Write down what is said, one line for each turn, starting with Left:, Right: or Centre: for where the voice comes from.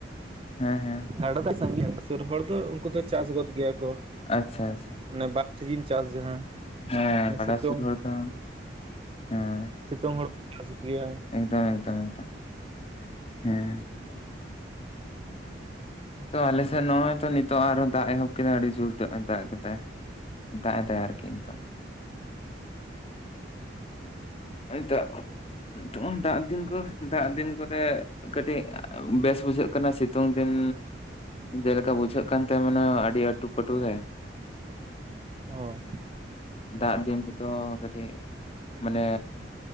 Left: ᱦᱮᱸ ᱦᱮᱸ
Right: ᱜᱟᱰᱟ ᱫᱚ ᱥᱟᱸᱜᱤᱧ ᱨᱮᱱ ᱥᱩᱨ ᱦᱚᱲ ᱫᱚ ᱩᱱᱠᱩ ᱫᱚ ᱪᱟᱥ ᱜᱚᱫ ᱜᱮᱭᱟ ᱠᱚ,
Left: ᱟᱪᱪᱷᱟ ᱟᱪᱪᱷᱟ,
Right: ᱚᱱᱮ ᱵᱟᱨ ᱥᱤᱡᱤᱱ ᱪᱟᱥ ᱡᱟᱦᱟᱸ,
Left: ᱦᱮᱸᱜᱟᱰᱟ
Right: ᱥᱤᱛᱩᱝ
Left: ᱥᱩᱨ ᱦᱚᱲ ᱫᱚ ᱦᱮᱸ,
Right: ᱥᱤᱛᱩᱝ ᱦᱳᱲᱳ ᱪᱟᱥ ᱜᱮᱭᱟ,
Left: ᱮᱠᱫᱚᱢ ᱮᱠᱫᱚᱢ ᱮᱠᱫᱚᱢ ᱦᱮᱸ, ᱛᱚ ᱟᱞᱮᱥᱮᱫ ᱱᱚᱜᱼᱚᱭ ᱛᱚ ᱱᱤᱛᱚᱜ ᱟᱨᱚ ᱦᱚᱸ ᱫᱟᱜ ᱮᱦᱚᱵ ᱠᱮᱫᱟ ᱟᱹᱰᱤ ᱡᱳᱨ ᱛᱮ ᱚᱜ-ᱚᱭ ᱮ ᱫᱟᱜ ᱠᱮᱫᱟᱭ, ᱫᱟᱜ ᱮ ᱫᱟᱭ ᱟᱨᱠᱤ ᱱᱤᱛᱚᱜ, ᱦᱚᱭ ᱫᱟᱜ ᱛᱚᱠᱷᱚᱱ ᱫᱟᱜ ᱫᱤᱱ ᱠᱚ ᱫᱟᱜ ᱫᱤᱱ ᱠᱚᱨᱮ, ᱠᱟᱹᱴᱤᱡ ᱵᱮᱥ ᱵᱩᱡᱷᱟᱹᱜ ᱠᱟᱱᱟ ᱥᱤᱛᱩᱝ ᱫᱤᱱ, ᱡᱮᱞᱮᱠᱟ ᱵᱩᱡᱷᱟᱹᱜ ᱠᱟᱱ ᱛᱟᱦᱮ ᱢᱟᱱᱮ ᱟᱹᱰᱤ ᱟᱹᱴᱩ ᱯᱟᱹᱴᱩ ᱜᱮ,
Right: ᱚ
Left: ᱫᱟᱜ ᱫᱤᱱ ᱦᱚᱛᱚ ᱠᱟᱹᱴᱤᱡ, ᱢᱟᱱᱮ